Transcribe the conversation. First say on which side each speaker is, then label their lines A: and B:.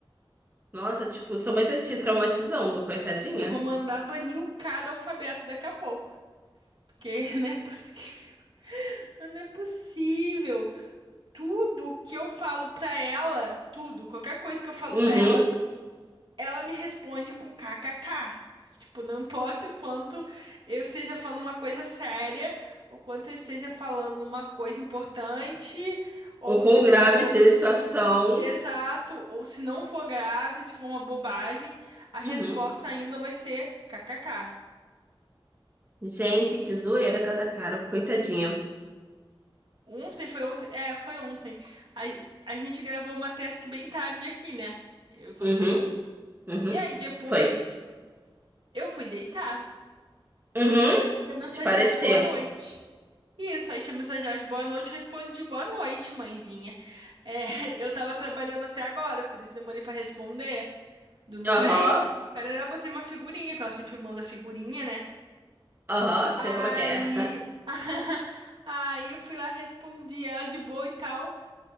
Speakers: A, on the right; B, on the right.
A: Nossa, tipo, sua mãe tá te traumatizando, coitadinha.
B: Eu vou mandar banir o cara do alfabeto daqui a pouco, porque <laughs> não é possível. Não é possível. Tudo que eu falo pra ela, tudo, qualquer coisa que eu falo
A: Uhum.
B: pra ela, ela me responde com kkk. Tipo, não importa o quanto eu esteja falando uma coisa séria, o quanto eu esteja falando uma coisa importante, ou
A: O quão
B: se
A: grave
B: for
A: seja a situação.
B: Exato, ou se não for grave, se for uma bobagem, a resposta
A: Uhum.
B: ainda vai ser kkk.
A: Gente, que zoeira que atacaram, coitadinha.
B: Ontem foi ontem, é, foi ontem. A, a gente gravou uma task bem tarde aqui, né? Eu e você.
A: Uhum, uhum.
B: E aí depois
A: Foi.
B: eu fui deitar.
A: Uhum.
B: Tinha mensagem
A: Te parecer.
B: dela de boa noite. Isso, aí tinha mensagem dela de boa noite, eu respondi boa noite, mãezinha. É, <laughs> eu tava trabalhando até agora, por isso demorei pra responder. Durma
A: Aham,
B: bem. Carará, botei uma figurinha, que ela sempre manda figurinha, né?
A: aham, sei
B: Aí,
A: como é que é. <laughs>
B: <laughs> aí eu fui lá, respondi ela de boa e tal.